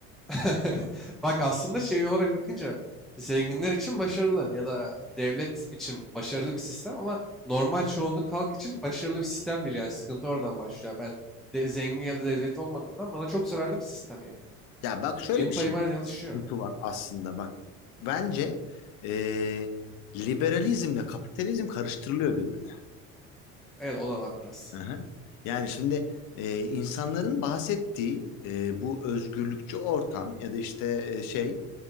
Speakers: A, in the centre; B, on the left.
A: <laughs> bak aslında şey olarak bakınca zenginler için başarılı ya da devlet için başarılı bir sistem ama normal çoğunluk halk için başarılı bir sistem değil yani sıkıntı oradan başlıyor. Ben de zengin ya da devlet olmadığımdan bana çok zararlı bir sistem yani.
B: Ya bak şöyle
A: Benim
B: bir
A: payım
B: şey
A: her yıl
B: sıkıntı
A: düşüyor.
B: var aslında bak. Bence eee liberalizmle kapitalizm karıştırılıyor birbirine.
A: Evet o da var biraz.
B: Aha. Yani şimdi e, insanların bahsettiği e, bu özgürlükçü ortam ya da işte e, şey